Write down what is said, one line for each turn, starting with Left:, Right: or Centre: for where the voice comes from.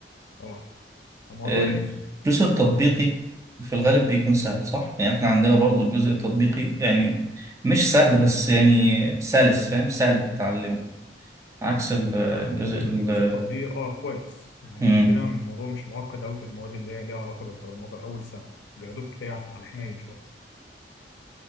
Left: اه الموضوع
Right: الجزء
Left: رخم
Right: التطبيقي
Left: شوية
Right: في الغالب بيكون سهل صح؟ يعني احنا عندنا برضو الجزء التطبيقي يعني مش سهل بس يعني سلس فاهم؟ سهل تتعلمه عكس ال-
Left: هو
Right: الجزء ال
Left: جزء التطبيق اه كويس يعني
Right: مم.
Left: عندنا الموضوع مش معقد أوي في المواد اللي هي ليها علاقة بالبرمجة أول سنة بياخدوك كده على على الحنين شوية